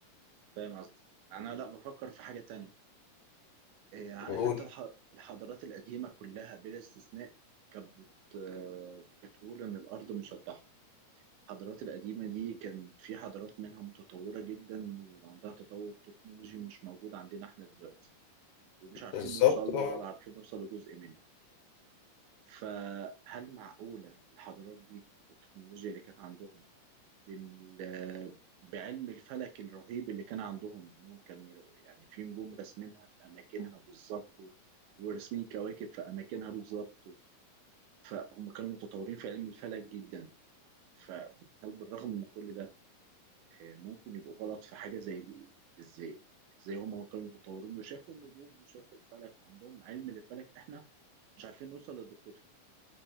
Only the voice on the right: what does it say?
فاهم قصدي انا لا بفكر في حاجة تانية آه، عارف
انت الح- الحضارات القديمة كلها بلا استثناء كانت بت- آه، بتقول ان الارض مسطحة الحضارات القديمة دي كان في حضارات منها متطورة جدا وعندها تطور تكنولوجي مش موجود عندنا احنا دلوقتي ومش عارفين
نوصل له
ولا عارفين نوصل لجزء منه فهل معقولة الحضارات دي التكنولوجيا اللي كانت عندهم بال... بعلم الفلك الرهيب اللي كان عندهم انهم كانوا يعني في نجوم راسمينها في اماكنها بالظبط و- وراسمين كواكب في اماكنها بالظبط فهم كانوا متطورين في علم الفلك جدا فهل بالرغم من كل ده آه، ممكن يبقوا غلط في حاجة زي دي ازاي؟ ازاي هم كانوا متطورين وشافوا النجوم وشافوا الفلك وعندهم علم للفلك احنا مش عارفين نوصل لدقته